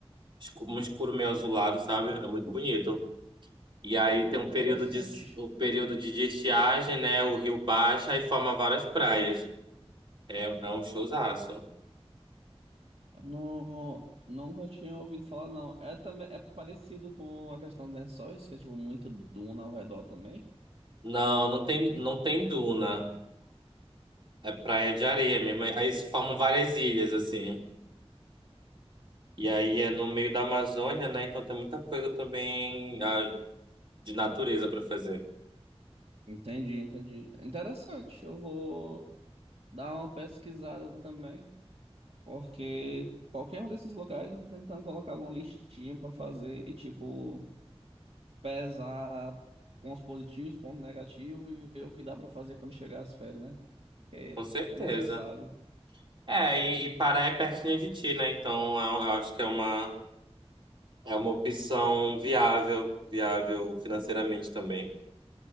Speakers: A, on the right (about 50°); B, on the right (about 70°).
A: Escu- Um escuro meio azulado, sabe? É muito bonito. E aí
B: é
A: tem um
B: interessante.
A: período de, o período de estiagem, né? O rio baixa e forma várias praias. É, é um showzaço.
B: Não, nunca tinha ouvido falar, não. É também é parecido com a questão dos lençóis, que é tipo muito duna ao redor também.
A: Não, não tem, não tem duna. É praia de areia mesmo. Aí se formam várias ilhas, assim. E aí é no meio da Amazônia, né? Então tem muita coisa também, ah, de natureza pra fazer.
B: Entendi, entendi. Interessante. Eu vou dar uma pesquisada também, porque qualquer um desses lugares eu tô tentando colocar uma listinha pra fazer e tipo pesar pontos positivos, pontos negativos e ver o que dá pra fazer quando chegar as férias, né? É
A: Com certeza.
B: necessário.
A: É, e, e Pará é pertinho de ti, né? Então eu, eu acho que é uma, é uma opção viável, viável financeiramente também.